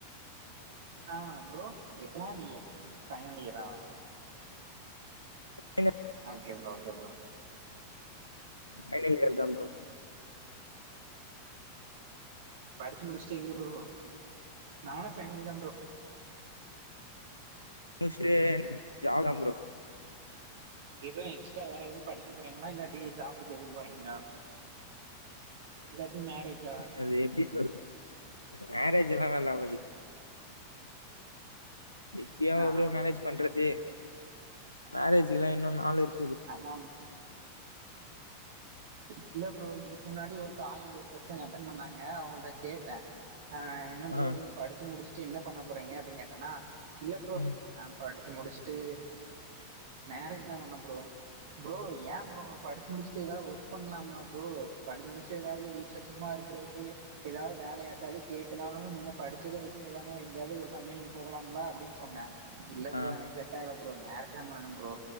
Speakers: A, on the right; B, on the left.
A: ஆ ப்ரோ எத்தனாவது இயர் ப்ரோ ஃபைனல் இயரா
B: என்ன
A: okay bro okay bro
B: final இயர்தா ப்ரோ
A: படிச்சு முடிசட்டு எங்க ப்ரோ நானு செகண்ட் தா ப்ரோ
B: முஸ்ட்டு ஜாப் தா ப்ரோ
A: எதுவ எக்ஸ்ட்ரா வேற எதுவு படிக்க போறீங்களா இல்லாட்டி ஜாப்புக்கு எதுவு போறீங்களா இல்லாட்டி மேரேஜா
B: அது எப்படி சொ மேரேஜ் எல்லா நல்லவாது ப்பியாவ
A: ஆ
B: ப்ரோ மேரேஜ் பண்றது மேரேஜ்க்கு எல்லா இன்னு நாள் இருக்
A: ஆமம் இல்ல ப்ரோ இது க்கு முன்னாடி ஒரு கால் ஒரு பெருசா அட்டன் பண்ணாங்க அவங்கள்ட்ட கேட்டே ஆ என்ன ப்ரோ
B: ஆ
A: நீங்க படிச்சு முடிச்சுட்டு என்ன பண்ண போறீங்க அப்படின் கேட்டன்னா இல்ல ப்ரோ
B: ம்
A: அப் படிச்சு முடுஸ்ட்டு மேரேஜ் தா பண்ணே ப்ரோ ப்ரோ ஏ ப்ரோ படிச்சு முடிஸ்ட்டு எதாவ ஒர்க் பண்லாம்மா ப்ரோ படிச்சு முடிஸ்ட்டு எதாவது வீ ட்ல சும்மா இருக்கிறதுக்கு எதாவது வேலையாட்டு அதுக் கேட்டுனாலு நீங்க படிச்சத வச்சு நீதாங்க எங்கயாவது ஒரு கம்பினிக் போகலாம்ல அப்படின் சொன்னே இல்ல ப்ரோ
B: ஆ
A: எனக்கு செட் ஆகல ப்ரோ மேரேஜ் தா பண்ணனும் ப்ரோ